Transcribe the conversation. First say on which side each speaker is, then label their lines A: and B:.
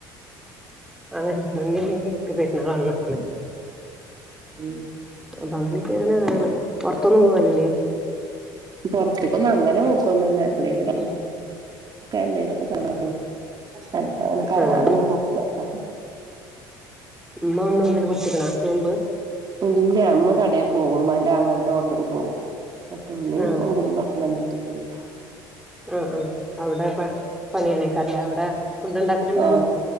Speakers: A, in the centre; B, on the right (about 40°).
A: അതെന്നെ മന്ത്രി ഇണ്ടെങ്കി ഒര്ക്ക് പെരുന്നാളാല്ലൊ
B: ഉം
A: അന്ന് അപ്പൊ അങ്ങനെയക്കെയാണ് കാര്യങ്ങൾ പുറത്തൊന്നും പോവലില്ലേ
B: പുറത്തേക്കൊന്നും അങ്ങനെ നോക്കലോന്നുല്ല എപ്പോഴെങ്കിലും
A: ഉം
B: എന്തലൊക്കെ സ്ഥലങ്ങളൊക്കെ പക്ഷെ അങ്ങനെ കറങ്ങാനൊന്നും
A: ആഹ്
B: പോക്കില്ല ആഹ്
A: ഉമ്മ ഒന്ന് മുതൽ പുടിച്ച് ക്ക്ണോ നോമ്പ്
B: ഇല്ല ഉമ്മ കടയെ പോവും ഉമ്മാന്റെ ആങ്ങളന്റെ ഹോട്ടലിൽ പോവും ഉമ്മിം
A: ആഹ്
B: ഒമ്പതും പത്തും തന്നെ എടുത്തിട്ടുള്ളൂ.
A: ആഹ് ആഹ് അവിടെ പണി യെനെകരലെ അവിടെ ഫുഡ് ഉണ്ടാക്കലുമ്മേണ്
B: ആഹ്